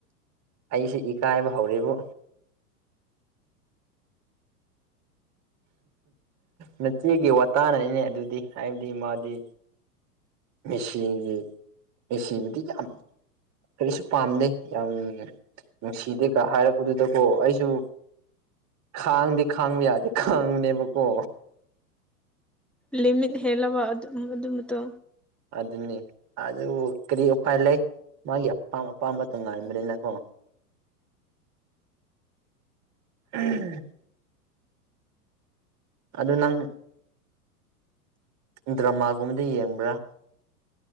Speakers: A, on the right; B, in the centre.
A: ꯑꯩꯁꯦ ꯏꯀꯥꯏꯕ ꯍꯧꯔꯦꯕꯨ ꯅꯆꯦꯒꯤ ꯋꯥꯇꯅꯅꯤꯅꯦ ꯑꯗꯨꯗꯤ ꯍꯥꯏꯕꯗꯤ ꯃꯥꯗꯤ ꯃꯦꯁꯤꯒꯤ ꯃꯦꯁꯤꯕꯨꯗꯤ ꯌꯥꯝ ꯀꯩꯁꯨ ꯄꯥꯝꯗꯦ ꯌꯥꯝ ꯅꯨꯡꯁꯤꯗꯦꯒ ꯍꯥꯏꯔꯛꯄꯗꯨꯗꯀꯣ ꯑꯩꯁꯨ ꯈꯥꯡꯗꯤ ꯈꯥꯡꯕ ꯌꯥꯗꯦ ꯈꯥꯡꯕꯅꯦꯕꯀꯣ
B: ꯂꯤꯃꯤꯠ ꯍꯦꯜꯂꯕ ꯑꯗꯨ ꯑꯗꯨ ꯃꯇꯣ
A: ꯑꯗꯨꯅꯤ ꯑꯗꯨ ꯀꯔꯤ ꯎꯄꯥꯏ ꯂꯩ ꯃꯥꯒꯤ ꯑꯄꯥꯝ ꯑꯄꯥꯝꯕ ꯇꯣꯡꯉꯥꯟꯗ꯭ꯔꯦꯅꯀꯣ <inaudible> ꯑꯗꯨ ꯅꯪ ꯗ꯭ꯔꯃꯥꯒꯨꯝꯕꯗ ꯌꯦꯡꯕ꯭ꯔꯥ